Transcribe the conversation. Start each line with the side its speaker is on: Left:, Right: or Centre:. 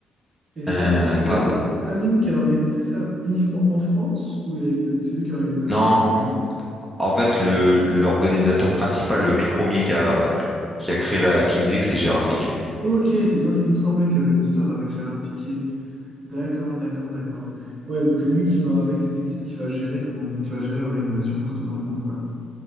Right: Et ça,
Centre: Euh,
Right: c'est- et
Centre: par
Right: ça, c'est
Centre: exemple-
Right: Amine qui a organisé ça uniquement en France, ou il a, exa- c'est lui qui a organisé ça
Centre: non,
Right: à travers le monde.
Centre: en fait, le l'organisateur principal, le tout premier qui a qui a créé la Kings League, c'est Gérard Piquet.
Right: Ok, c'est bien ce qui me semblait qu'il y avait une histoire avec Gérard Piqué. D'accord, d'accord, d'accord. Ouais, donc c'est lui qui va, avec ses équipes, qui va gérer comment, qui va gérer l'organisation partout dans le monde, quoi.